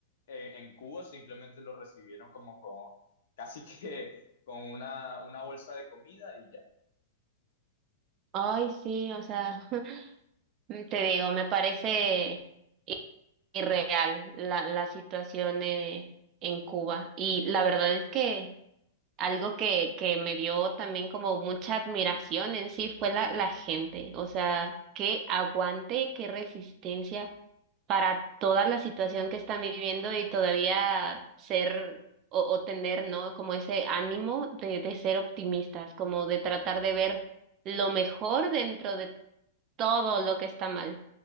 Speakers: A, on the left; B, on the right.
A: eh, en Cuba simplemente lo recibieron como, como casi que con una, una bolsa de comida y ya.
B: Ay, sí, o sea, <laughs> te digo, me parece irreal la, la situación eh, en Cuba. Y la verdad es que algo que, que me dio también como mucha admiración en sí fue la, la gente, o sea, qué aguante y qué resistencia para toda la situación que están viviendo y todavía ser o, o tener, ¿no? Como ese ánimo de, de ser optimistas, como de tratar de ver lo mejor dentro de todo lo que está mal.